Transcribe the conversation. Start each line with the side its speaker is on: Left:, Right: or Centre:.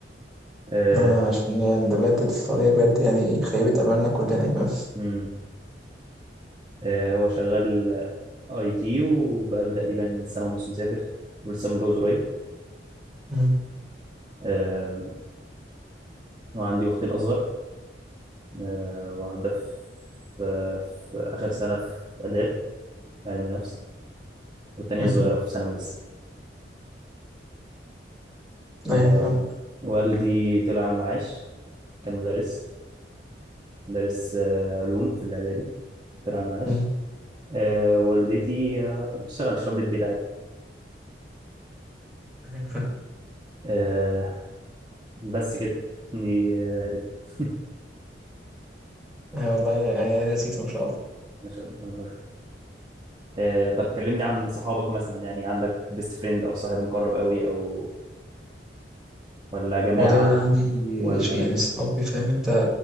Right: أه
Centre: آه، عشان ده بجد السعودية بجد يعني خيبت أملنا كلنا يا فاهم
Right: م، آه، هو شغال أي تي وبقاله تقريبا سنة ونص مسافر ولسه متجوز قريب
Centre: مم.
Right: آم، وعندي أختين أصغر آه، واحدة في في في آخر سنة في آداب علم نفس والتانية
Centre: مهم.
Right: صغيرة في ثانوي لسه آه،
Centre: أيوة فاهم
Right: والدي طلع على المعاش كان مدرس مدرس آه، علوم في الإعدادي طلع على المعاش
Centre: مم.
Right: آه، والدتي آه، بتشتغل في ربة بيت عادي
Centre: أيوة فاهم
Right: آه، بس كده دي آه، عيلتنا. <laughs>
Centre: أيوة والله يعني لذيذة ما شاء الله
Right: ما شاء الله الله يخليك آه، طب كلمني عن صحابك مثلا يعني عندك بيست فريند أو صاحب مقرب قوي أو ولا جماعة
Centre: والله وأنا عندي
Right: ولا
Centre: شيء يعني صحابي فاهم أنت